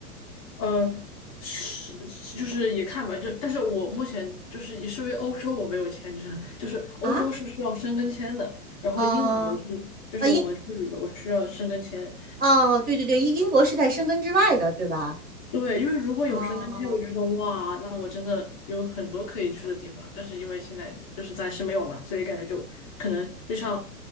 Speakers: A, on the left; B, on the right.
A: 呃，是就是也看吧，就但是我目前就是也是因为欧洲我没有签证，就是欧洲是需要申根签的，
B: 啊
A: 然后英国是就是我们去旅游需要申根签，
B: 哦啊英哦对对对，英英国是在申根之外的，对吧？
A: 对，因为如果有申根签，
B: 哦，
A: 我就觉得哇，那我真的有很多可以去的地方。但是因为现在就是暂时没有嘛，所以感觉就可能就像